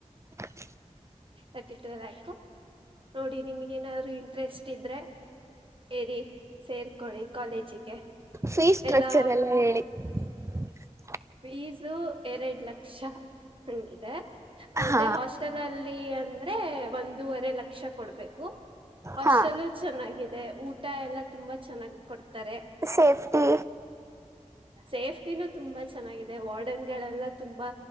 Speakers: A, on the right; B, on the right.
A: <inaudible>
B: ತರ್ಟಿ ಟೂ ಲಾಕ್ ನೋಡಿ ನಿಮ್ಗೆ ಏನಾದ್ರು ಇಂಟ್ರೆಸ್ಟ್ ಇದ್ರೆ ಸೇರಿ ಸೇರ್ಕೊಳ್ಳಿ ಕಾಲೇಜಿಗೆ
A: ಫೀಸ್ ಸ್ಟ್ರಕ್ಚರ್
B: ಎಲ್ಲಾ
A: <inaudible>
B: ಫೀಸು ಎರಡ್ ಲಕ್ಷ ಹಂಗಿದೆ ಮತ್ತೆ
A: ಹಾ
B: ಹಸ್ ಹಾಸ್ಟೆಲ್ ಅಲ್ಲಿ ಅಂದ್ರೆ ಒಂದೂವರೆ ಲಕ್ಷ ಕೊಡಬೇಕು ಹಸ್ಟೆಲ
A: ಹಾ
B: ಚೆನ್ನಾಗಿದೆ ಊಟ ಎಲ್ಲ ತುಂಬಾ ಚೆನ್ನಾಗ ಕೊಡ್ತಾರೆ.
A: ಸೇಫ್ಟಿ
B: ಸೇಫ್ಟಿನು ತುಂಬಾ ಚ ಚೆನ್ನಾಗಿದೆ ವಾರ್ಡನ್ ಗಳೆಲ್ಲ ತುಂಬಾ